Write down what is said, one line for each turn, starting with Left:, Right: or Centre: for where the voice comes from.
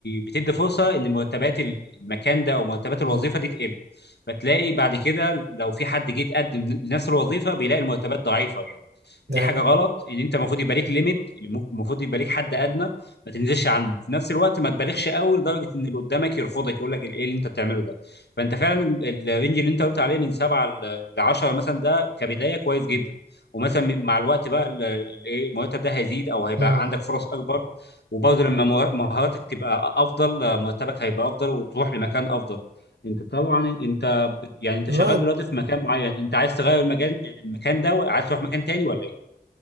Left: بتدي فرصه ان مرتبات المكان ده او مرتبات الوظيفه
Right: مم.
Left: دي تقل فتلاقي بعد كده لو في حد جه يتقدم لنفس الوظيفه بيلاقي المرتبات ضعيفه يعني دي
Right: ده
Left: حاجه غلط ان انت المفروض يبقى ليك ليميت المفروض يبقى ليك حد ادنى ما تنزلش عنه في نفس الوقت ما تبالغش قوي لدرجه ان اللي قدامك يرفضك يقول لك ايه اللي انت بتعمله ده فانت فعلا ال- الرينج اللي انت قلت عليه من سبعه ل 10 مثلا ده كبدايه كويس جدا ومثلا م- مع الوقت بقى ال- ال- ايه المرتب ده هيزيد او هيبقى
Right: مم.
Left: عندك فرص اكبر وبرضه لما مه- مهاراتك تبقى افضل مرتبك هيبقى افضل وتروح لمكان افضل انت طبعا انت بت- يعني انت
Right: الواحد
Left: شغال دلوقتي في مكان معين انت عايز تغير المكان المكان ده وعايز تروح مكان تاني ولا ايه؟